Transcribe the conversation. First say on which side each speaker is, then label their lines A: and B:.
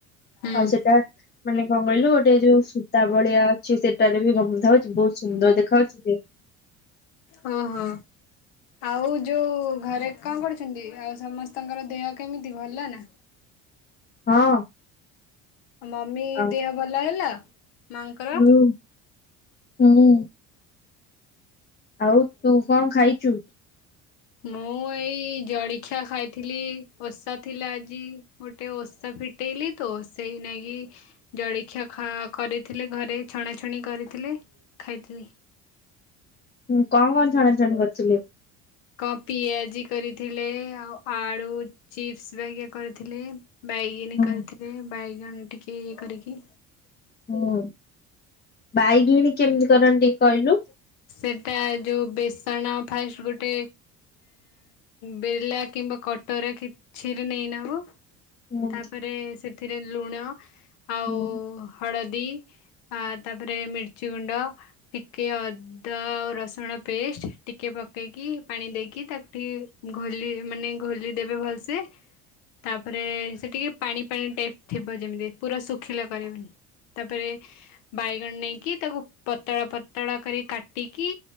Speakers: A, on the left; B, on the left.
A: ହୁଁ
B: ଆଉ ସେଟା ମାନେ କଣ କହିଲୁ ଗୋଟେ ଯୋଉ ସୂତା ବଳିଆ ଅଛି ସେଟାରେ ବିନ୍ଧା ହଉଛି ବହୁତ ସୁନ୍ଦର ଦେଖା ହଉଛି।
A: ହ ହୋ। ଆଉ ଯୋଉ ଘରେ କଣ କରୁଛନ୍ତି ଆଉ ସମସ୍ତଙ୍କର ଦେହ କେମିତି ଭଲ ନା
B: ହଁ।
A: ମମି
B: ଆଉ
A: ଦେହ ଭଲ ହେଲା ମାଙ୍କର
B: ହୁଁ ହୁଁ। ଆଉ ତୁ କଣ ଖାଇଛୁ?
A: ମୁଁ ଏଇ ଜଳଖିଆ ଖାଇଥିଲି ଓଷା ଥିଲା ଆଜି ଗୋଟେ ଓଷା ଫିଟେଇଲି ତ ସେଇ ନାଗି ଜଳଖିଆ ଖ କରିଥିଲେ ଘରେ ଛଣଛଣି କରିଥିଲେ। ଖାଇଦେଇ
B: ଁ କଣ କଣ ଛଣା ଛଣି କରିଥିଲି।
A: କଣ ପିଆଜି କରିଥିଲେ ଆଉ ଆଳୁ ଚିପ୍ସ ବା କରିଥିଲେ। ବାଇଗଣୀ
B: ହୁଁ
A: କରିଥିଲେ ବାଇଗଣ ଟିକେ ଇଏ କରିକି
B: ହୁଁ ବାଇଗିଣୀ କେମିତି କରନ୍ତି କହିଲୁ?
A: ସେଟା ଯୋଉ ବେସଣ ଫାଷ୍ଟ ଗୋଟେ ବଲା କି କିମ୍ବା କଟର କିଛିରେ ନେଇ ନବୁ
B: ହୁଁ
A: ତାପରେ ସେଥିରେ ଲୁଣ ଆଉ
B: ହଁ।
A: ହଳଦୀ ତାପରେ ମିର୍ଚ କଚ ଗୁଣ୍ଡ ଟିକେ ଅଦା ଆଉ ରସୁଣ ପେଷ୍ଟ ଟିକେ ପକେଇକି ପାଣି ଦେଇକି କି ତାକୁ ଟିକେ ଘଲି ମାନେ ଘୋଲି ଦେବେ ଭଲସେ ତାପରେ ସେ ଟିକେ ପାଣି ପାାଣି ଟାଇପ୍ ଥିବ ଯେମିତି ପୁରା ଶୁଖିଲା କରିବନି ତାପରେ ବାଇଗଣ ନେଇକି ତାକୁ ପତଳା ପତଳା କରି କାଟିକି